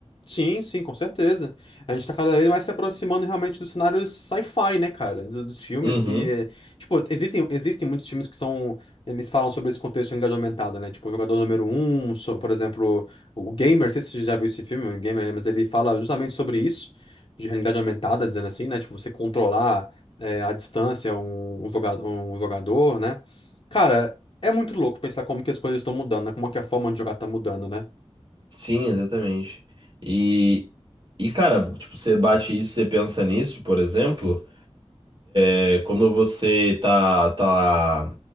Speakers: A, on the left; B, on the right.
A: Sim, sim, com certeza. A gente tá cada vez mais se aproximando realmente do cenário sci-fi, né, cara? Dos, dos filmes
B: Uhum.
A: que, eh, tipo, existem, existem muitos filmes que são, eles falam sobre esse contexto de realidade aumentada, né? Tipo, o Jogador Número um so- por exemplo, o Gamer, não sei se você já viu esse filme, o Gamer, mas ele fala justamente sobre isso, de realidade aumentada, dizendo assim, né? Tipo, você controlar, eh, à distância um, um joga- um jogador, né? Cara, é muito louco pensar como que as coisas estão mudando, né? Como é que a forma de jogar tá mudando, né?
B: Sim, exatamente. E E, cara, tipo, você bate isso, você pensa nisso, por exemplo, É, quando você tá, tá,